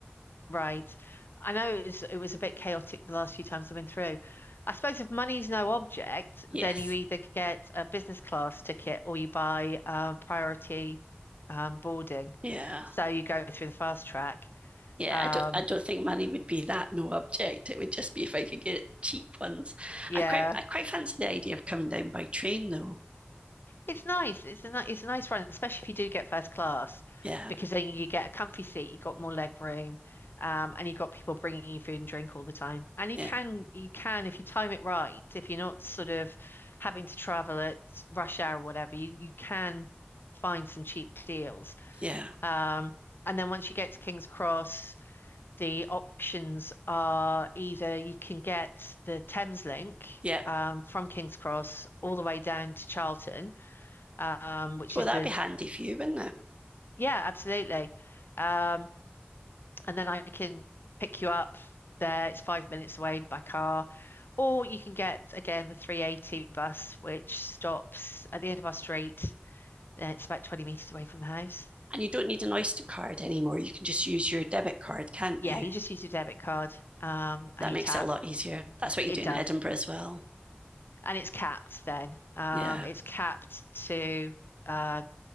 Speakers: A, on the left (about 60°); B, on the right (about 30°).
A: right? I know it was it was a bit chaotic the last few times I've been through. I suppose if money's no object,
B: Yes.
A: then you either get a business class ticket or you buy um, priority um, boarding.
B: Yeah.
A: So you go through the fast track.
B: Yeah.
A: Um,
B: I don't. I don't think money would be that no object. It would just be if I could get cheap ones.
A: yeah,
B: I quite. I quite fancy the idea of coming down by train, though.
A: it's nice. It's a ni it's a nice run, especially if you do get first class,
B: Yeah.
A: because then you get a comfy seat, you got more leg room, um, and you've got people bringing you food and drink all the time. And you
B: Yeah.
A: can you can if you time it right, if you're not sort of having to travel at rush hour or whatever, you you can find some cheap deals.
B: Yeah.
A: Um, and then once you get to King's Cross. the options are either you can get the Thames Link
B: Yeah.
A: um, from King's Cross all the way down to Charlton, um, which
B: Well,
A: is
B: that'd
A: the,
B: be handy for you, wouldn't it?
A: yeah, absolutely. Um, and then I can pick you up there. It's five minutes away by car. Or you can get, again, the 380 bus, which stops at the end of our street. Uh, It's about 20 meters away from the house.
B: And you don't need an Oyster card anymore. You can just use your debit card, can't
A: Yeah,
B: you?
A: you just use your debit card um, and
B: That
A: you
B: makes
A: tap.
B: it a lot easier. That's what
A: It
B: you do in
A: does.
B: Edinburgh as well.
A: and it's capped then. Um,
B: Yeah.
A: it's capped to uh,